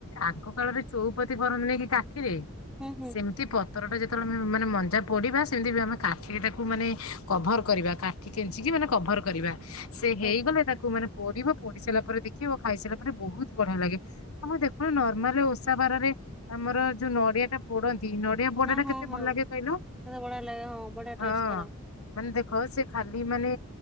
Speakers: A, on the left; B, in the centre.
A: ଆଗ କାଳରେ ଚଉପ ପତି କରନ୍ତିୁନାଇ କି କାଠିରେ
B: ହୁଁ ହୁଁ
A: ସେମିତି ପ ପତରଟା ଯେତେବେଳେ ଆମେ ମାନେ ମଞଜା ପଡିବା ସେମିତି ଆମେ କାଠିଟାକୁ ମାନେ କଭର କରିବା କାଠିିକି ମାନେ କଭର କରିବା ସେ
B: ହୁଁ
A: ହେଇଗଲେ ତାକୁ ମାନେ ପୋଡିବ ପୋଡି ସାରିଲା ପରେ ଦେଖିବ ଖାଇସାରିଲା ପରେ ବହୁତ ବଢିଆ ଲାଗେ ଆମ ଦେଖୁୁ ନର୍ମାଲ ଓଷା ବାରରେ ଆମର ଯୋଉ ନଡିଆ ଟା ପୋଡନ୍ତି କି ନଡିଆ ପଡା
B: ହଁ
A: ଟା
B: ହଁ
A: କେତେ
B: ହଁ
A: ଭଲ ଲାଗେ କହିଲୁ
B: କେତେ ବଢିଆ ଲାଗେ ହଁ ବଢିଆ ଟେଷ୍ଟ
A: ହଁ
B: ତାର
A: ମାନେ ଦେଖ ହଁ ସେ ଖାଲି ମାନେ